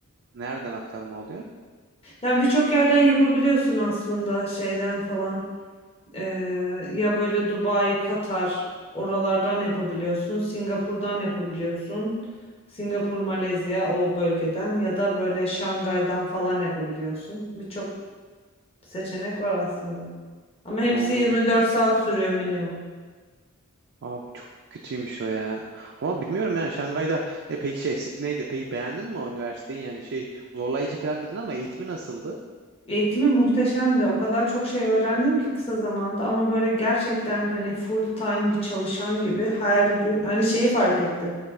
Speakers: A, on the right; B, on the left.
A: Nereden aktarma oluyor?
B: Yani birçok yerden yapabiliyorsun aslında şeyden falan. Ee, ya böyle Dubai, Katar oralardan yapabiliyorsun. Singapur'dan yapabiliyorsun. Singapur, Malezya o bölgeden ya da böyle Şangay'dan falan yapabiliyorsun. Birçok seçenek var aslında. Ama hepsi
A: Anladım.
B: 24 saat sürüyor minimum.
A: Abi çok kötüymüş o ya. Ama bilmiyorum yani Şangay'da e, peki şey Sydney'de peki beğendin mi o üniversiteyi? Yani şey zorlayıcı falan dedin ama eğitimi nasıldı?
B: Eğitimi muhteşemdi. O kadar çok şey öğrendim ki kısa zamanda ama böyle gerçekten hani full time bir çalışan gibi her gün hani şeyi fark ettim.